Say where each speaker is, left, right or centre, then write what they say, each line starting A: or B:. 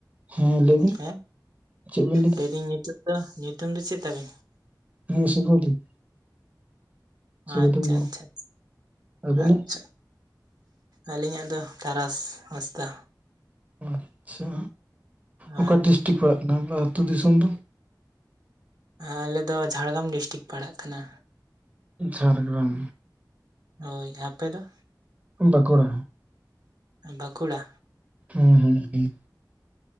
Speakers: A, on the right; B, on the right.
A: ᱦᱮᱸ ᱞᱟᱹᱭᱵᱤᱱ
B: ᱦᱮᱸ
A: ᱪᱮᱫ ᱵᱤᱱ ᱞᱟᱹᱭ
B: ᱞᱟᱹᱭᱫᱟᱹᱧ ᱧᱩᱛᱩᱢ ᱫᱚ ᱧᱩᱛᱩᱢ ᱫᱚ ᱪᱮᱫ ᱛᱟᱵᱤᱱ?
A: ᱤᱧ ᱥᱩᱵᱷᱚᱫᱤᱯ ᱥᱩᱵᱷᱚᱫᱤᱯ
B: ᱟᱪᱪᱷᱟ
A: ᱢᱩᱨᱢᱩ
B: ᱟᱪᱪᱷᱟ,
A: ᱟᱹᱵᱤᱱᱟᱜ
B: ᱟᱪᱪᱷᱟ ᱟᱹᱞᱤᱧᱟᱜ ᱫᱚ ᱛᱟᱨᱟᱥ ᱦᱟᱸᱥᱫᱟ᱾
A: ᱟᱪᱪᱷᱟ
B: ᱟᱨ
A: ᱚᱠᱟ ᱰᱤᱥᱴᱤᱠ ᱯᱟᱲᱟᱜ ᱠᱟᱱᱟ ᱟᱮᱭᱟᱜ ᱟᱹᱛᱩ ᱫᱤᱥᱚᱢ ᱫᱚ᱾
B: ᱟᱞᱮᱫ ᱫᱚ ᱡᱷᱟᱲᱜᱨᱟᱢ ᱰᱤᱥᱴᱤᱠ ᱯᱟᱲᱟᱜ ᱠᱟᱱᱟ᱾
A: ᱡᱷᱟᱲᱜᱨᱟᱢ
B: ᱦᱳᱭ ᱟᱯᱮ ᱫᱚ?
A: ᱵᱟᱸᱠᱩᱲᱟ᱾
B: ᱵᱟᱸᱠᱩᱲᱟ᱾
A: ᱦᱩᱸ ᱦᱩᱸ ᱦᱩᱸ